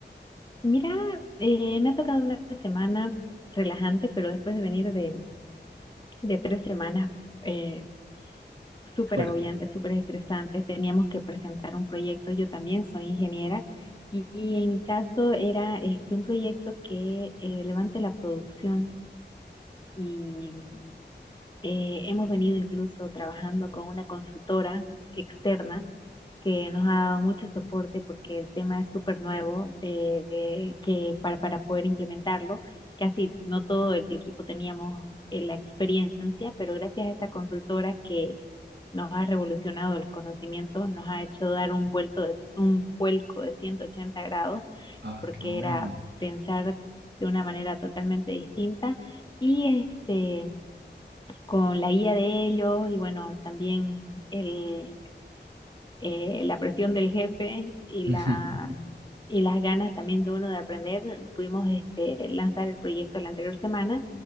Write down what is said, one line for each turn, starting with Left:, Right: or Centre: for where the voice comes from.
Left: mira, eh, me ha tocado una semana relajante, pero después de venir de, de tres semanas eh, súper
Right: fuertes.
Left: agobiantes, súper estresantes. Teníamos que presentar un proyecto. Yo también soy ingeniera y, y en mi caso era este, un proyecto que eh, levante la producción y eh, hemos venido incluso trabajando con una consultora externa que nos ha dado mucho soporte porque el tema es súper nuevo, eh, eh, que para, para poder implementarlo, casi no todo el equipo teníamos eh, la experiencia, pero gracias a esta consultora que nos ha revolucionado el conocimiento, nos ha hecho dar un vuelto de, un vuelco de 180 grados,
Right: Ah,
Left: porque
Right: qué bueno.
Left: era pensar de una manera totalmente distinta. Y este, con la guía de ellos y bueno, también el, eh, la presión del jefe y
Right: <laughs>
Left: la y las ganas también de uno de aprender, pudimos este, lanzar el proyecto la anterior semana,